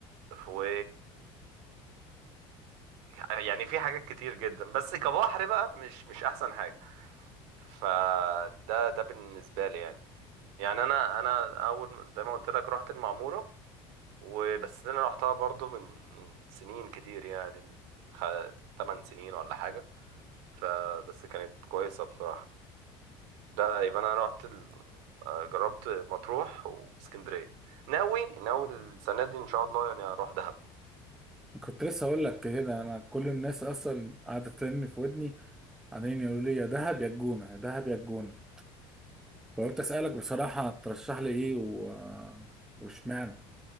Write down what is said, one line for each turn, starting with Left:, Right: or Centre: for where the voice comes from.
Right: و... يعني في حاجات كتير جدا بس كبحر بقى مش مش احسن حاجه فده ده بالنسبه لي يعني يعني انا انا اول زي ما قلت لك رحت المعموره وبس انا رحتها برضو من سنين كتير يعني خ... 8 سنين ولا حاجه فبس كانت كويسه بصراحه ده يبقى انا رحت ال... آه، جربت مطروح واسكندريه ناوي ناوي السنه دي ان شاء الله يعني اروح دهب
Centre: كنت لسه اقول لك كده انا كل الناس اصلا قاعده ترن في ودني عمالين يقولوا لي يا دهب يا الجونه يا دهب يا الجونه وقلت اسالك بصراحه ترشح لي ايه و... واشمعنى